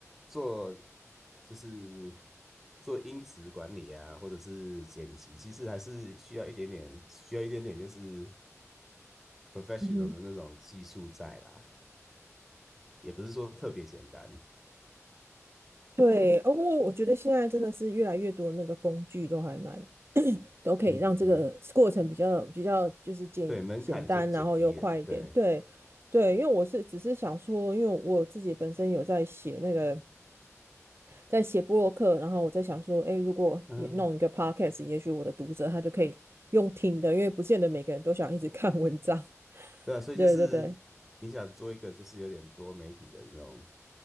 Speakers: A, in the centre; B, on the right (about 50°).
A: 做就是做音质管理啊，或者是剪辑，其实还是需要一点点，需要一点点就是 professional
B: 嗯哼，
A: 的那种技术在啦，也不是说特别简单。
B: 对，呃不过我觉得现在真的是越来越多那个工具都还蛮都可以让这个过程比较比较就是简简单，
A: 嗯嗯嗯。对，门槛就减低了，
B: 然后又快一点。
A: 对，
B: 对，对，因为我是只是想说，因为我自己本身有在写那个在写布洛克，然后我在想说，哎，如果也弄一个
A: 嗯，
B: podcast，也许我的读者他就可以用听的，因为不见得每个人都想一直 <laughs> 看文章。<laughs>
A: 对啊，所以就是你想做一个就是有点多媒体的那种
B: 对对对，